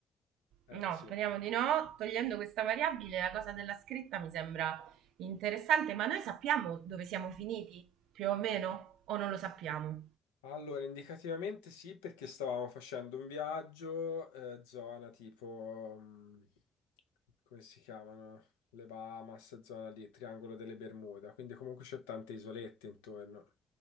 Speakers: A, on the left; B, on the right.
A: Eh,
B: no
A: sì.
B: speriamo di no togliendo questa variabile la cosa della scritta mi sembra interessante ma noi sappiamo dove siamo finiti più o meno o non lo sappiamo
A: Allora, indicativamente sì, perché stavamo facendo un viaggio, eh, zona tipo, mh, come si chiamano? Le Bahamas, zona lì, Triangolo delle Bermuda, quindi comunque c'è tante isolette intorno.